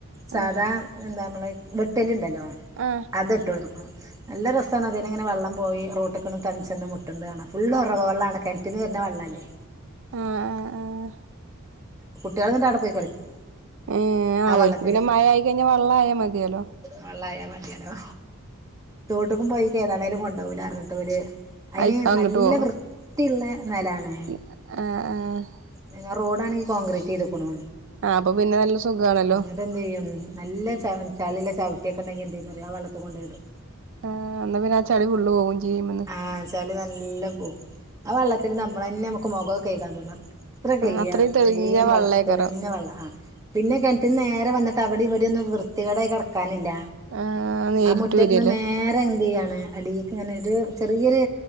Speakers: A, on the right; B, on the right.
A: സാധാ
B: ആഹ്
A: എന്താ നമ്മളെ വെട്ടലുണ്ടല്ലോ
B: ആഹ്
A: അത് എട്ട് എടുക്കണം നല്ല രസമാണ് അതിന് ഇങ്ങനെ വെള്ളം പോയി റോട്ടിൽെന്ന് തണിച്ചെന്ന് മുട്ടണ്ട് കാണാം ഫുള്ളള് ഉറവ്െള്ളമാണ് കറ്റിന് വര വെള്ളമല്ലേ
B: ആഹ് ആഹ് ആഹ്
A: കുട്ടികളൾ എന്നിട്ട് അവിടെ പോയി കളിക്കും
B: മ്മ് ആഹ്
A: ആ വെള്ളത്തില്
B: ഒക്ക് പിന്നെ മഴ ആയിക്കഴിഞ്ഞാൽ വെള്ളായ മതിയാലോ
A: വെള്ളയമതിയല്ലോ തോട്ടക്കും പോയി ഏതാണേങ്കലും കൊണ്ടുപോകല അറിഞ്ഞിട്ട് പോല് അതിന്
B: അയിക്ക് അങ്ങട്ട്
A: നല്ല
B: പോകും
A: വൃ ത്തി യുള്ളേ നിലാണ്
B: ആഹ് ആഹ്
A: പിന്നാ റോഡ്ാണെങ്കിൽ കോൺക്രീറ്റ് ചെയ്തുക്കണോ
B: ആഹ് അപ്പൊ പിന്നെ നല്ല സുഖമാണല്ലോ
A: അതെന്ത്തു ചെയ്യും നല്ല ച ചാലിലെ ചട്ടിയൊക്കെണ്ടെങ്കിൽ എന്ത ചെയ്യറിയ വെള്ളത്തി കൊണ്ട ഇടും
B: ആഹ് എന്നാ പിന്നെ ആ ചെളി ഫുൾ പോകും ചെയ്യുമന്ന്
A: ആഹ് ചളി നല്ല പോകവും ആ വെള്ളത്തിൽ നമ്മൾ തന്നെ നമുക്ക് മുഖംൊ കേക്കാൻ തോന്നും എത്ര ക്ലിയർ
B: അത്രയും
A: ക്ലീൻ
B: തെളിഞ്ഞ വെള്ളേക്കാരം
A: വെള്ള തെളിഞ്ഞ വെള്ള ആ പിന്നെ കിണറ്റിന്ന് നേരെ വന്നിട്ട് അവിടെ ഇവിടെയൊന്നും വൃത്തികട കിടക്കാനില്ല
B: ആഹ് നേരിട്ട്
A: ആ മുറ്റത്തിന്ന്
B: വരല്ലേ
A: നേരെ എന്ത് ചെയ്യാണ് അടിക്ക് ഇങ്ങനെ ഒരു ചെറിയൊരു